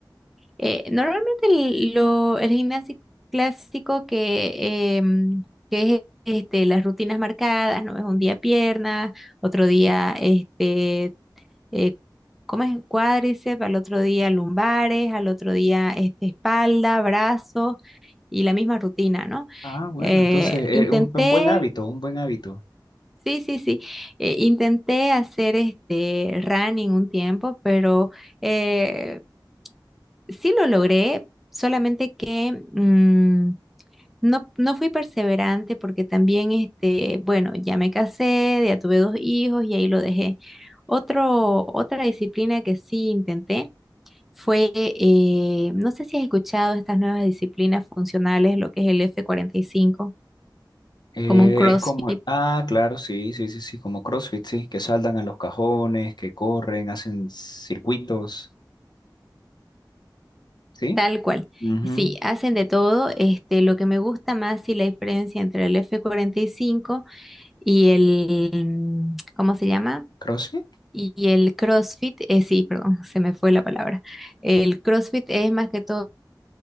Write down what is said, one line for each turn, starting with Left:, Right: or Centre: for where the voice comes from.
Centre: Eh, normalmente el, lo, el gimnasio clásico que, em, que es este, las rutinas marcadas, ¿no? Es un día piernas, otro día este, eh, ¿cómo es? Cuádriceps, al otro día lumbares, al otro día este, espalda, brazos y la misma rutina, ¿no?
Left: Ah, bueno,
Centre: Eh,
Left: entonces, eh,
Centre: intenté,
Left: un un buen hábito, un buen hábito.
Centre: sí, sí, sí, eh, intenté hacer este running un tiempo, pero... eh, Sí lo logré, solamente que mm, no, no fui perseverante porque también, este, bueno, ya me casé, ya tuve dos hijos y ahí lo dejé. Otro, otra disciplina que sí intenté fue, eh, no sé si has escuchado estas nuevas disciplinas funcionales, lo que es el f cuarenta y cinco
Left: Eh,
Centre: como un CrossFit,
Left: es como, ah, claro, sí, sí, sí, sí, como CrossFit, sí, que saltan a los cajones, que corren, hacen circuitos, ¿sí?
Centre: tal cual.
Left: Ujú.
Centre: Sí, hacen de todo. Este, lo que me gusta más y la diferencia entre el F45 y cinco y el, mm, ¿cómo se llama?
Left: ¿CrossFit?
Centre: Y el CrossFit, eh, sí, perdón, <laughs> se me fue la palabra. El CrossFit es más que todo